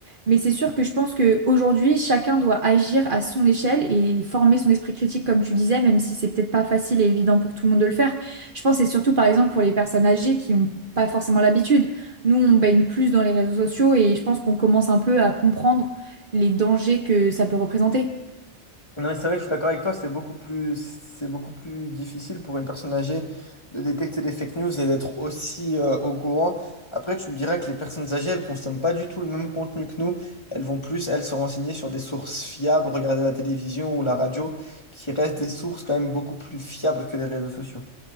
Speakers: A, on the right (about 45°); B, on the left (about 25°).
A: mais c'est sûr que je pense qu'aujourd'hui chacun doit agir à son échelle et former son esprit critique comme tu disais, même si c'est peut-être pas facile et évident pour tout le monde de le faire. Je pense que c'est surtout par exemple pour les personnes âgées qui ont pas forcément l'habitude. Nous, on baigne plus dans les réseaux sociaux et je pense qu'on commence un peu à comprendre les dangers que ça peut représenter.
B: Non, mais c'est vrai que je suis d'accord avec toi, c'est beaucoup plus, c'est beaucoup plus difficile pour une personne âgée de détecter des fake news et d'être aussi euh, au courant. Après, tu me dirais que les personnes âgées, elles consomment pas du tout le même contenu que nous. Elles vont plus, elles, se renseigner sur des sources fiables, regarder la télévision ou la radio, qui restent des sources quand même beaucoup plus fiables que les réseaux sociaux.